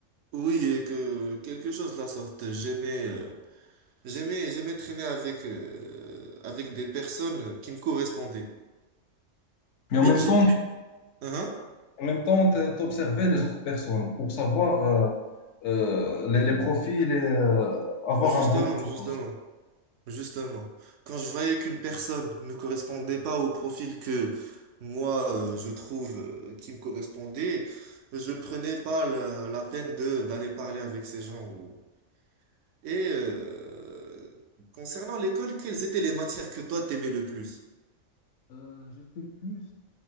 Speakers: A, on the right (about 70°); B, on the left (about 70°).
A: Oui, et que quelque chose de la sorte. J'aimais, euh, j'aimais, j'aimais traîner avec, euh, avec des personnes qui me correspondaient.
B: Mais en même
A: En fait, j'ai,
B: temps,
A: j'ai- Hein
B: en même temps, t'- t'observais les autres personnes pour savoir euh, euh, les, les profils et euh, avoir
A: Justement,
B: un bon entourage.
A: justement. Justement, quand je voyais qu'une personne ne correspondait pas au profil que moi euh, je trouve euh, qui me correspondait, je ne prenais pas la, la peine de d'aller parler avec ces gens. ou- Et euh, concernant l'école, quelles étaient les matières que toi t'aimais le plus?
B: Euh, j'étais plus